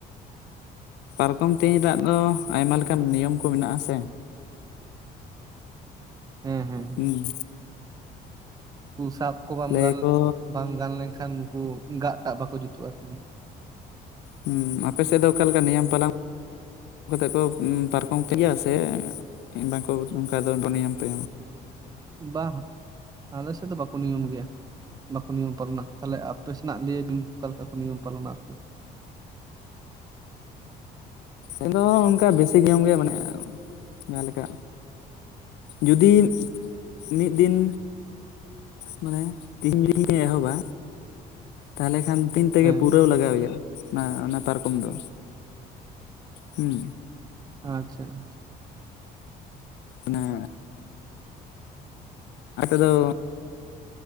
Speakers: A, on the left; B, on the right.
A: ᱯᱟᱨᱠᱚᱢ ᱛᱮᱧ ᱨᱮᱱᱟᱜ ᱫᱚ ᱟᱭᱢᱟ ᱞᱮᱠᱟᱱ ᱱᱤᱭᱚᱢ ᱠᱚ ᱢᱮᱱᱟᱜᱼᱟ ᱥᱮ
B: ᱦᱮᱸ ᱦᱮᱸ ᱦᱮᱸ
A: ᱦᱩᱸ
B: ᱩᱱᱠᱩ ᱥᱟᱵ ᱠᱚ ᱵᱟᱢ
A: ᱞᱟᱹᱭᱟᱠᱚ
B: ᱜᱟᱱ ᱵᱟᱝ ᱜᱟᱱ ᱞᱮᱱᱠᱷᱟᱱ ᱩᱱᱠᱩ ᱜᱟᱜᱴᱟᱜ ᱵᱟᱠᱚ ᱡᱩᱛᱩᱜᱼᱟ ᱟᱨᱠᱤ
A: ᱦᱩᱸ ᱟᱯᱮᱥᱮᱫ ᱫᱚ ᱚᱠᱟᱞᱮᱠᱟ ᱱᱤᱭᱚᱢ ᱯᱟᱞᱟᱝ <inaudible> ᱯᱟᱨᱠᱚᱢ <inaudible> ᱥᱮ ᱵᱟᱝᱠᱚ ᱱᱚᱝᱠᱟ ᱫᱚ ᱵᱚᱱᱮ ᱧᱟᱢ <inaudible>
B: ᱵᱟᱝ ᱟᱞᱮ ᱥᱮᱫ ᱫᱚ ᱵᱟᱠᱚ ᱱᱤᱭᱚᱢ ᱜᱮᱭᱟ ᱵᱟᱠᱚ ᱱᱤᱭᱚᱢ ᱯᱟᱞᱚᱱᱟ᱾ ᱛᱟᱦᱚᱞᱮ ᱟᱯᱮ ᱥᱮᱱᱟᱜ ᱞᱟᱹᱭ ᱵᱤᱱ ᱚᱠᱟ ᱞᱮᱠᱟ ᱠᱚ ᱱᱤᱭᱚᱢ ᱯᱟᱞᱚᱱᱟ ᱟᱨ ᱠᱤ ᱾
A: ᱟᱫᱚ ᱚᱱᱠᱟ <unintelligible> ᱵᱮᱥᱤ ᱜᱮᱭᱟᱢ ᱜᱮ, ᱢᱟᱱᱮ ᱡᱟᱦᱟᱸ ᱞᱮᱠᱟ ᱡᱩᱫᱤ ᱢᱤᱫ ᱫᱤᱱ ᱢᱟᱱᱮ ᱛᱤᱦᱤᱧ ᱜᱮ <unintelligible> ᱮᱦᱚᱵᱟ᱾ ᱛᱟᱦᱚᱞᱮ ᱠᱷᱟᱱ ᱛᱤᱱ ᱛᱮᱜᱮ
B: ᱦᱮᱸ
A: ᱯᱩᱨᱟᱹᱣ ᱞᱟᱜᱟᱣ ᱮᱭᱟ᱾ ᱚᱱᱟ ᱚᱱᱟ ᱯᱟᱨᱠᱚᱢ ᱫᱚ᱾ ᱦᱩᱸ
B: ᱟᱪᱪᱷᱟ ᱾
A: ᱚᱱᱮ <inaudible> ᱫᱚ